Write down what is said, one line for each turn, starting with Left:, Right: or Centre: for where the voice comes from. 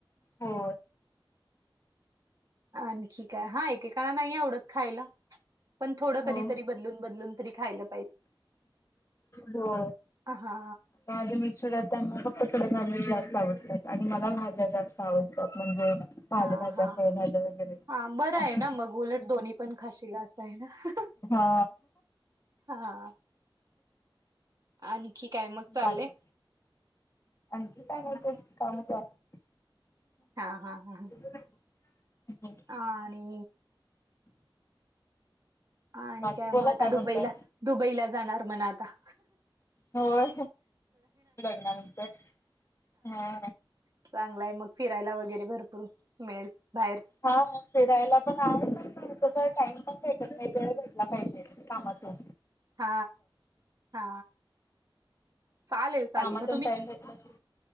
Left: हो
Right: आणखी काय हा एकेकाना नाही आवडत खायला पण थोडं
Left: हो
Right: कधी तरी बदलून बदलून तरी खायलं
Left: हो
Right: हा
Left: माझे मिशातना फक्त कड नॉनवेज जास्त आवडतात आणि मला भाज्या जास्त आवडतात म्हणजे पालभाज्या
Right: हा हा
Left: फळ भाज वगैरे
Right: हा बरं आहे
Left: अस
Right: ना मग उलट दोन्ही पण खाशीला असं आहे ना
Left: हा
Right: हा आणखी काय मग चाललेय
Left: बाकी आणखी काणी त कात
Right: हा हा हा
Left: हम्
Right: ह आणि आणि
Left: बाकी
Right: काय
Left: बोला
Right: मग आता
Left: म्हणताय
Right: दुबईला दुबईला जाणार मण आता
Left: होय लग्नानंतर हा
Right: चांगलाय मग फिरायला वगैरे भरपूर मिळेल बाहेर
Left: हा फिरायला पण आहे तस टाइम पण पाज व भेटला पाहिजे थमतो
Right: हा हा चालेल चालेल
Left: कामातून
Right: मग तुम्ही
Left: टाइम भेटला की